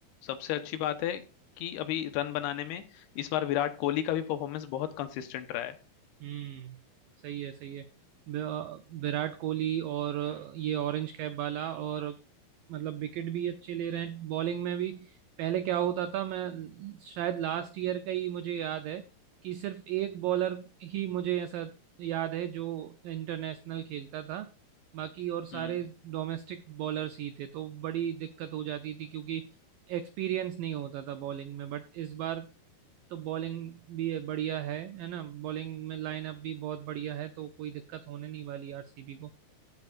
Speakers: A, on the left (about 75°); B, on the right (about 85°).
A: सबसे अच्छी बात है कि अभी रन बनाने में इस बार विराट कोहली का भी परफॉर्मेंस बहुत कंसिस्टेंट रहा है
B: हम्म सही है सही है वि- विराट कोहली और ये ऑरेंज कैप वाला और मतलब विकेट भी अच्छे ले रहे हैं बॉलिंग में भी पहले क्या होता था मैं शायद लास्ट ईयर का ही मुझे याद है कि सिर्फ एक बॉलर ही मुझे ऐसा याद है जो इंटरनेशनल खेलता था बाकी और सारे
A: हम्म।
B: डोमेस्टिक बॉलर्स ही थे तो बड़ी दिक्कत हो जाती थी क्योंकि एक्सपीरियंस नहीं होता था बॉलिंग में बट इस बार तो बॉलिंग भी है- बढ़िया है है ना बॉलिंग में लाइनअप भी बहुत बढ़िया है तो कोई दिक्कत होने नहीं वाली आरसीबी को